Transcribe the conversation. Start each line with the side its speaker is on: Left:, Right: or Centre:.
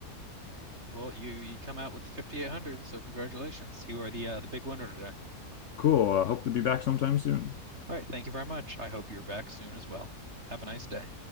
Right: Well, you you come out with 5800, so congratulations. You are the uh, the big winner today.
Left: Cool. I hope to be back sometime soon.
Right: All right, thank you very much. I hope you're back soon as well. Have a nice day.